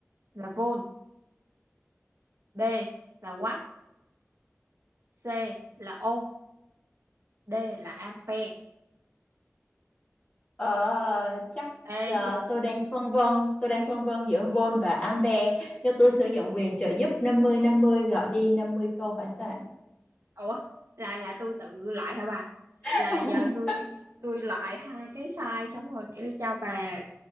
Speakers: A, on the right; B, on the left.
A: là volt, B là watt, C là ohm, D là ampere.
B: ờ, chắc
A: Đây
B: ờ, tôi đang phân vân tôi đang phân vân giữa volt và ampere cho tôi sử dụng quyền trợ giúp năm mươi năm mươi loại đi 50 câu hỏi sai
A: ủa là là tôi tự loại hả bà
B: <laughs>
A: là giờ tôi tôi loại hai cái size xong rồi kiểu cho bà